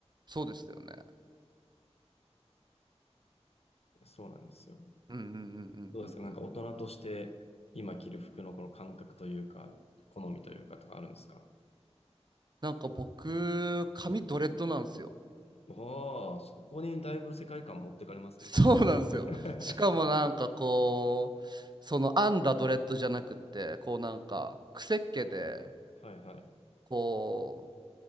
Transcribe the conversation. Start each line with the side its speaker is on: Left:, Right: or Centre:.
Right: そうですよね
Left: そうなんですよ。
Right: うんうんうんうんうんうん
Left: どうですかなんか大人として今着る服のこの感覚というか、好みというかとかあるんですか
Right: なんか僕髪ドレッドなんですよ
Left: ああ、そこにだいぶ世界観持ってかれますね。
Right: <laughs> そうなんですよしかもなんかこうその編んだドレッドじゃなくってこうなんか癖っ気で
Left: <laughs> はいはい。
Right: こう